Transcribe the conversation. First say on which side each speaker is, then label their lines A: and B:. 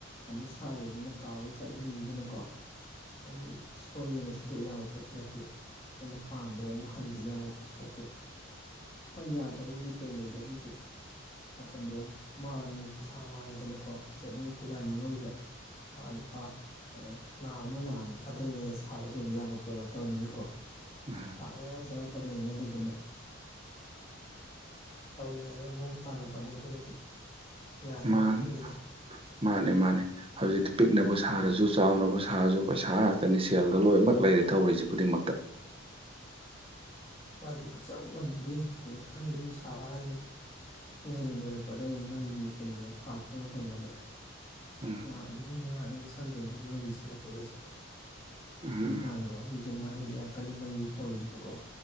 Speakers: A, on the left; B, on the right.
A: ꯑꯃꯨꯛ ꯁꯥꯒꯤꯕꯁꯤꯅ ꯀꯥꯎꯒꯩ ꯆꯠꯍꯟꯗꯣꯏꯅꯤꯗꯅꯀꯣ ꯑꯗꯨꯝ ꯁꯣꯏꯌꯦꯅ ꯁꯤꯗꯣꯛꯎ ꯌꯥꯕꯄꯣꯠꯁꯨ ꯅꯠꯇꯦ ꯑꯩꯅ ꯄꯥꯝꯗ꯭ꯔꯦ ꯑꯃꯨꯛ ꯍꯟꯒꯦ ꯌꯥꯕ ꯄꯣꯠꯁꯨ ꯅꯠꯇꯦ ꯍꯣꯏ ꯌꯥ ꯗꯕꯨꯗꯤ ꯀꯩ ꯂꯩꯒꯦ ꯑꯗꯨꯏꯁꯨ ꯃꯇꯝꯗꯣ ꯃꯥꯡꯉꯤ ꯄꯩꯁꯥ ꯃꯥꯡꯉꯤꯗꯅꯀꯣ ꯀꯁꯨ ꯑꯗꯨꯅ ꯊꯨꯒꯥꯏꯅꯤꯡꯉꯣꯏꯕ ꯑꯥ ꯂꯨꯄꯥ ꯂꯥꯛ ꯑꯃ ꯂꯥꯛ ꯑꯅꯤ ꯊꯥꯗꯔꯒ ꯁꯥꯕꯗ ꯂꯣꯏꯕ ꯌꯥꯕ ꯄꯣꯠ ꯅꯠꯇꯕꯅꯤꯅꯀꯣ
B: ꯎꯝ
A: ꯂꯥꯛ ꯃꯌꯥꯝ ꯆꯪꯉꯛꯀꯗꯣꯏꯅꯤꯅ ꯑꯗꯨꯗꯨꯅ ꯇꯧꯔꯤꯉꯩꯗ ꯃꯑꯣꯡ ꯇꯥꯅ ꯇꯧꯍꯧꯗ꯭ꯔꯒꯗꯤ ꯌꯥꯗꯕ
B: ꯃꯥꯟ
A: ꯑꯗꯨꯒꯤꯅꯤꯗ
B: ꯃꯥꯅꯦ ꯃꯥꯅꯦ ꯍꯧꯖꯤꯛꯇꯤ ꯄꯤꯛꯅꯕꯨ ꯁꯥꯔꯖꯨ ꯆꯥꯎꯅꯕꯨ ꯁꯥꯥꯔꯖꯨ ꯄꯩꯁꯥ ꯉꯥꯛꯇꯅꯤ ꯁꯦꯜꯗ ꯂꯣꯏꯃꯛ ꯂꯩꯔꯦ ꯇꯧꯔꯤꯁꯤ ꯈꯨꯗꯤꯡꯃꯛꯇ
A: ꯋꯥꯗꯤ ꯈꯨꯠꯆꯡ ꯑꯝꯅꯤꯍꯦ ꯍꯧꯖꯤꯛꯀꯥꯟꯒꯤ ꯌꯨꯝ ꯁꯥꯕ ꯍꯥꯏꯖꯦ ꯁꯤ ꯍꯌꯦꯡ ꯂꯣꯏꯔꯛꯄꯗ ꯑꯃꯨꯛ ꯃꯩꯒꯤ ꯀꯩꯒꯤ ꯄꯥꯜꯔꯛꯄ ꯃꯇꯝꯗꯅꯦ
B: ꯎꯝ
A: ꯂꯥꯛ ꯑꯅꯤ ꯑꯍꯨꯝ ꯃꯌꯥ ꯑꯗꯨꯝ ꯆꯪꯗꯣꯏꯅꯦ ꯃꯩꯒꯤ ꯁꯦꯝꯃꯛꯄꯗꯁꯨ ꯑꯩ
B: ꯎꯝ
A: ꯏꯃꯥꯟꯅꯕ ꯒꯤꯖꯨ ꯃꯥ ꯍꯧꯖꯤꯛ ꯌꯥꯝ ꯀꯟꯅ ꯃꯩꯒꯤ ꯇꯧꯔꯤꯕꯀꯣ